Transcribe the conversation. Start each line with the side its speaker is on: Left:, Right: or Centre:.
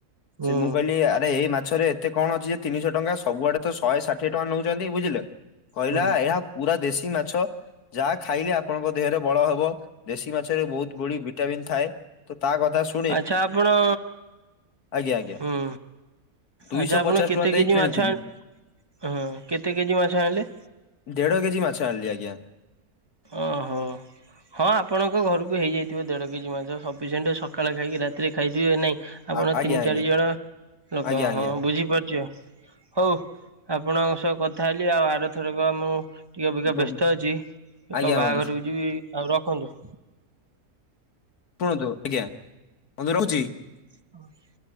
Right: ହୁଁ
Left: ସେ ମୁଁ କହିଲି ଆରେ ଏଇ ମା ଛରେ ଏତେ କଣ ଅଛି ଯେ ତିନିଶହ ଟଙ୍କା ସବୁଆଡେ ତ ଶହେ ଷାଠିଏ ଟଙ୍କା ନେଉଛନ୍ତି ବୁଝିଲେ କହିଲା
Right: ହୁଁ
Left: ଏହା ପୁରା ଦେଶୀ ମାଛ। ଯାହା ଖାଇଲେ ଆପଣଙ୍କ ଦେହରେ ବଳ ହବ ଦେଶୀ ମାଛରେ ବହୁତ ବଢି ଭିଟାମିିନ ଥାଏ। ତ ତା କଥା ଶୁ
Right: ଆଚ୍ଛା ଆପଣ
Left: ଆଜ୍ଞା ଆଜ୍ଞା
Right: ହୁଁ।
Left: ଦୁଇଶହ
Right: ଆଚ୍ଛା ଆପଣ
Left: ପଚାଶ
Right: କେତେ
Left: ଟଙ୍କା ଦେଇ
Right: କେଜି
Left: କିଣିଥିଲି
Right: ମାଛ ଆ ହଁ କେତେ କେଜି ମାଛ ଆଣିଲେ?
Left: ଦେଢ କେଜି ମାଛ ଆଣିଲି ଆଜ୍ଞା।
Right: ଓ ହୋ। ହଁ ଆପଣଙ୍କ ଘରକୁ ହେଇଯାଇଥିବ ଦେଢ କେଜି ମାଛ ସଫିସିଣ୍ଟ ସକାଳେ ଖାଇକି ରାତିରେ ଖାଇଥିବେ ନାଇଁ। ଆପଣ
Left: ଆ- ଆଜ୍ଞା
Right: ତିନି
Left: ଆଜ୍ଞା
Right: ଚାରି ଜଣ ଲୋକ
Left: ଆଜ୍ଞା ଆଜ୍ଞା
Right: ହଁ ବୁଝିପାରୁଛି ଅ। ହଉ ଆପଣଙ୍କ ସହ କଥା ହେଲି ଆଉ ଆର ଥରକ ଆମର ଟିକେ ଅପେକ୍ଷା
Left: ବ-
Right: ବ୍ୟସ୍ତ ଅଛି। ଏକ
Left: ଆଜ୍ଞା
Right: ବାହାଘରକୁ
Left: ବନ୍ଧୁ
Right: ଯିବି ଆଉ ରଖନ୍ତୁ।
Left: ଶୁଣନ୍ତୁ ଆଜ୍ଞା ହନ୍ତୁ ରହୁଛି।
Right: <inaudible>